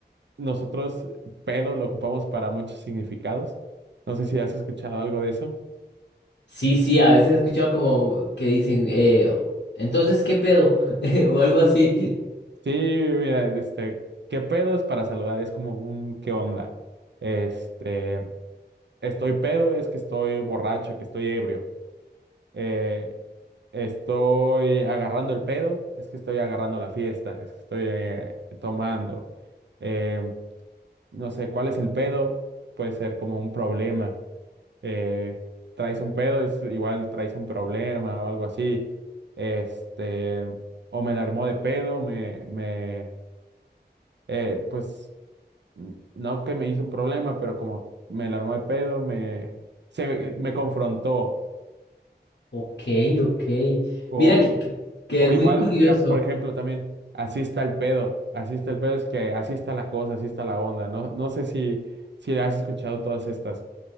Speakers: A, on the right; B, on the left.
A: nosotros pedo lo ocupamos para muchos significados. No sé si has escuchado algo de eso.
B: Sí, sí, a veces he escuchado como que dicen, eh, entonces, ¿qué pedo? <laughs> o algo así.
A: Sí, mira, este, qué pedo es para saludar, es como un qué onda. Este, estoy pedo es que estoy borracho, que estoy ebrio. Eh, estoy agarrando el pedo, es que estoy agarrando la fiesta, es que estoy eh, tomando. Eh, no sé, ¿cuál es el pedo? Puede ser como un problema. Eh, traes un pedo, es igual traes un problema o algo así. Este, o me la armó de pedo, me, me, eh, pues, n- no que me hizo un problema, pero como me la armó de pedo, me, se, me confrontó.
B: Ok, ok.
A: O,
B: Mira que, que que
A: o
B: es
A: igual,
B: muy curioso.
A: mira, por ejemplo, también, así está el pedo, así está el pedo, es que así está la cosa, así está la onda. No, no sé si, si has escuchado todas estas.